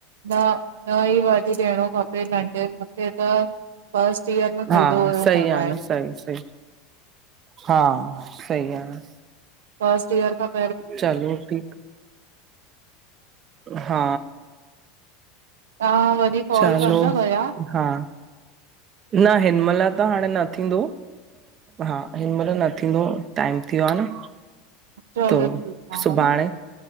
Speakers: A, on the right; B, on the right.
A: न न ई वठी ॾियणो खपे नंढे मूंखे त। First year. में मिलंदो
B: हा
A: हुयो
B: सही
A: मोबाइल
B: आहे न सही सी हा सही आ न।
A: फस्ट ईयर खांक।
B: चलो ठीक हा।
A: तव्हां वरी कॉल
B: चलो
A: कंदा हुया।
B: हा न हिनमहिल त हाणे न थींदो। हा हिन महिल न थींदो टाइम थियो आ न।
A: चलो
B: त
A: ठीकु आहे
B: सुभाणे।
A: हा न